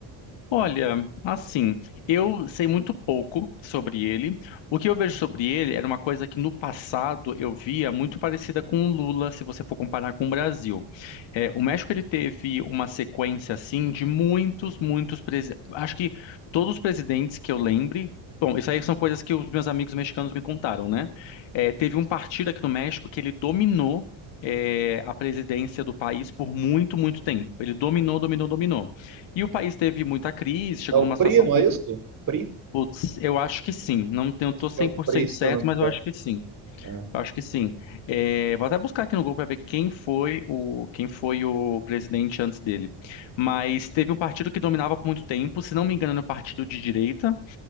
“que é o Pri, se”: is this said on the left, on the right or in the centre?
Right